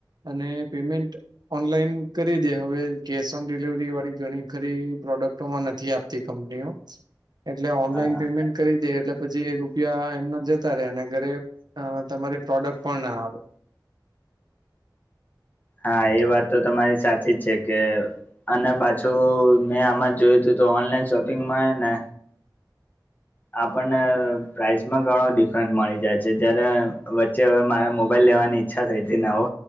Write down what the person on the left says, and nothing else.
હા
હા એ વાત તો તમારી સાચી છે કે અને પાછું મેં આમાં જ જોયું તું તો ઓનલાઈન શોપિંગમાં હેને આપણને પ્રાઇસમાં ઘણો ડિફરન્સ મળી જાય છે જયારે વચ્ચે હવે મારે મોબાઈલ લેવાની ઈચ્છા થઈ તી નવો